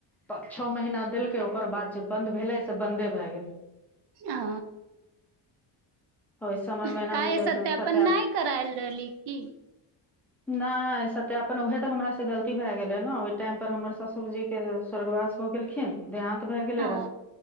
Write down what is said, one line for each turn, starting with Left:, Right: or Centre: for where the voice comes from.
Centre: पाँच छ महिना देलकै ओकर बाद जे बन्द भेलै से बन्दे भए गेल
Right: आ
Centre: ओहि समय
Right: काहे
Centre: मे एना भेलै
Right: सत्यापन
Centre: जे ओ सत्या
Right: नहि कराल रहलै की
Centre: नहि सत्यापन उएहे तऽ हमरास गलती भए गेलै ने ओहि टाइमपर हमर ससुरजीके स्वर्गवास हो गेलखिन देहानंत भए गेले
Right: ओ
Centre: रऽ